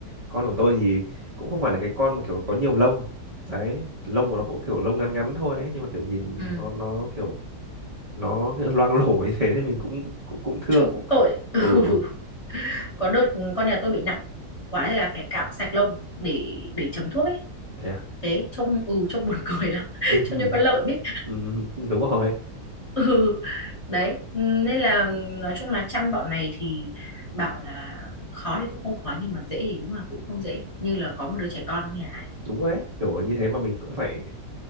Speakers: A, on the right; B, on the left.
A: con của tôi thì cũng không phải là cái con mà kiểu có nhiều lông đấy lông của nó cũng kiểu lông ngắn ngắn thôi ấy. nhưng mà kiểu nhìn
B: ừ
A: nó nó kiểu nó <laughs> loang lổ như thế thì mình cũng cũng cũng thương
B: trông cũng tội
A: ừ
B: <laughs>
A: ừ
B: Ừ. có đợt con nhà tôi bị nặng quá hay là phải cạo sạch lông để để chấm thuốc ấy
A: thế à
B: thế trông ừ trông buồn cười lắm <laughs>
A: <laughs>
B: trông
A: ừ,
B: như con lợn ấy
A: ừ, ừ, đúng rồi
B: ừ đấy nên là nói chung là chăm bọn này thì bảo là khó thì cũng không khó nhưng mà dễ thì đúng là cũng không dễ như là có một đứa trẻ con trong nhà ấy.
A: đúng đấy kiểu như thế mà mình cũng phải